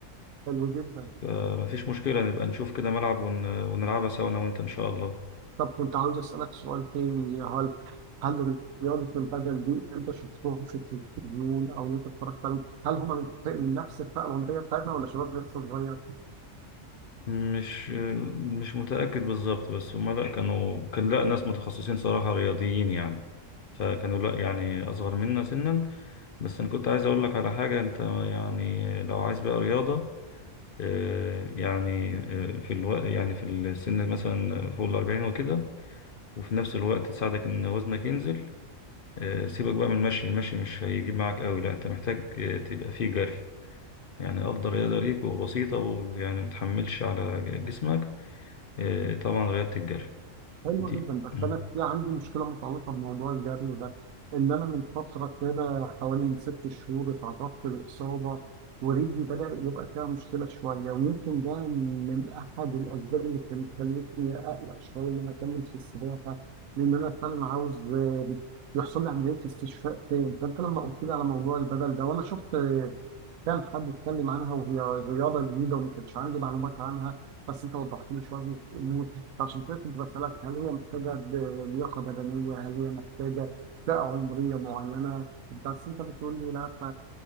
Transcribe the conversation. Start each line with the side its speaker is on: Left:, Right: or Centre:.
Right: حلو جدا
Left: فما فيش مشكله نبقى نشوف كده ملعب ون... ونلعبها سوا انا وانت ان شاء الله
Right: طب كنت عاوز اسالك سؤال تاني يا هل هل رياضه البدل دي انت شفتهم في التلفزيون او إن انت اتفرجت عليهم هل هم من, من نفس الفئه العمريه بتاعتنا ولا شباب لسه صغير؟
Left: مش مش متأكد بالظبط بس هما لا كانوا كان لا ناس متخصصين صراحة رياضيين يعني فكانوا لا يعني أصغر منا سنا بس أنا كنت عايز أقول لك على حاجة أنت يعني لو عايز بقى رياضة آه، يعني آه، في الوقت يعني في السن مثلا فوق الأربعين وكده وفي نفس الوقت تساعدك إن وزنك ينزل آه، سيبك بقى من المشي المشي مش هيجيب معاك قوي لا أنت محتاج آه، تبقى فيه جري يعني أفضل رياضة ليك وبسيطة ويعني متحملش على جسمك إيه، طبعا رياضة الجري
Right: حلو
Left: دي
Right: جدا بس
Left: مم.
Right: انا في عندي مشكله متعلقه بموضوع الجري ده ان انا من فتره كده حوالي من ست شهور اتعرضت لاصابه ورجلي بدا يبقى فيها مشكله شويه ويمكن ده من احد الاسباب اللي كانت خلتني اقلق شويه ان انا اكمل في السباحه لان انا فعلا عاوز آه، يحصل لي عمليه استشفاء تاني فانت لما قلت لي على موضوع البدل ده وانا شفت كان حد اتكلم عنها وهي رياضة جديدة وما كانش عندي معلومات عنها بس انت وضحت لي شوية امور فعشان كده كنت بسألك هل هي محتاجة ب- لياقة بدنية هل هي محتاجة فئة عمرية معينة بس انت بتقول لي لا ف